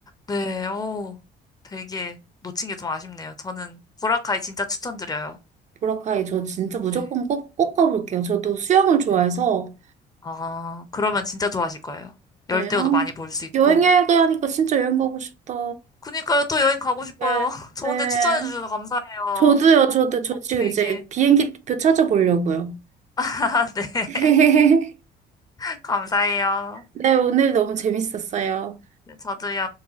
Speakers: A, on the left (about 20°); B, on the right (about 45°).
A: 네, 오. 벨기에 놓친 게 좀 아쉽네요. 저는 보라카이 진짜 추천드려요.
B: 보라카이 저 진짜 무조건
A: 네,
B: 꼭, 꼭 가볼게요. 저도 수영을 좋아해서,
A: 네. 아, 그러면 진짜 좋아하실 거예요. 열대어도
B: 네, 어,
A: 많이 볼 수 있고.
B: 여행기하니까 진짜 여행 가고 싶다.
A: 그니까요, 또 여행 가고
B: 네,
A: 싶어요. <laughs> 좋은데
B: 네.
A: 추천해 주셔서 감사해요.
B: 저도요, 저도, 저 지금
A: 되게,
B: 이제 비행기 표 찾아보려고요.
A: <laughs> 네,
B: <laughs>
A: <laughs> 감사해요.
B: 네, 오늘 너무 재밌었어요.
A: 네, 저도요.